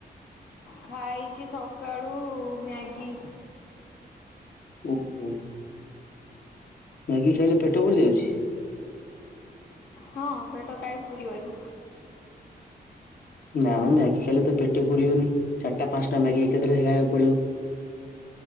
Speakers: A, on the left (about 80°); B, on the left (about 60°).
A: ଖାଇଛି ସକାଳୁ ମ୍ୟାଗି।
B: ଓହୋ। ମ୍ୟାଗି ଖାଇଲେ ପେଟ ପୁରିଯାଉଛି?
A: ହଁ। ପେଟ କାଇଁ ପୁରି ବନି?
B: ନାଁ ମ୍ୟାଗି ଖାଇଲେ ତ ପେଟ ପୁରିବନି? ଚାରିଟା ପାଞ୍ଚଟା ମ୍ୟାଗି ଏକାଥରେ ଖାଇବାକୁ ପଡିବ।